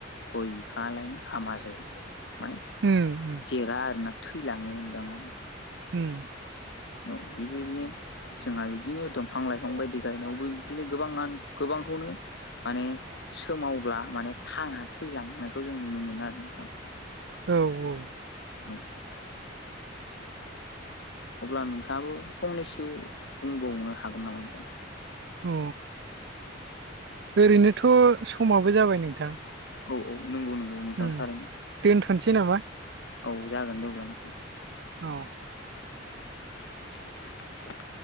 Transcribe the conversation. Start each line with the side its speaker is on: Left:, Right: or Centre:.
Left: गय बिफाङालायनो हामा जायो। माने
Right: उम उम
Left: देरा आरोना थैलाङो होनदां आरो ना
Right: उम
Left: औ बेबायदिनो जोंहा बिदिनो दंफां लाइफां बायदि गायनायावबो बिदिनो गोबाङानो गोबांखौनो माने सोमावब्ला माने थाङा थैलांनायखौ जों नुनो मोनो आरो नोंथां।
Right: औ औ
Left: औ अब्ला नोंथाङाबो फंनैसो बुंबावनो हागोन नामा नोंथां?
Right: अ ओरैनोथ' समाबो जाबाय नोंथां
Left: औ औ नंगौ नंगौ नोंथां
Right: उम
Left: थारैनो
Right: दोनथ'नोसै नामा?
Left: औ जागोन दे अब्ला नोंथां
Right: औ
Left: <inaudible>